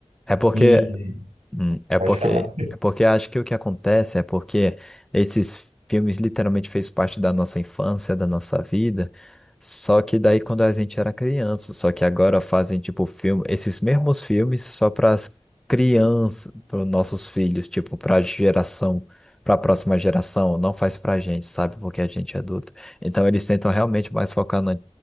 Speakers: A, in the centre; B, on the right.
A: É porque
B: em-
A: Hum, É
B: Pode
A: porque,
B: falar.
A: é porque acho que o que acontece é porque esses filmes literalmente fez parte da nossa infância, da nossa vida. Só que daí quando a gente era criança, só que agora fazem tipo filme, esses mesmos filmes só para as crianças, para os nossos filhos, tipo para geração, para a próxima geração, não faz pra gente, sabe? Porque a gente é adulto. Então eles tentam realmente mais focar na,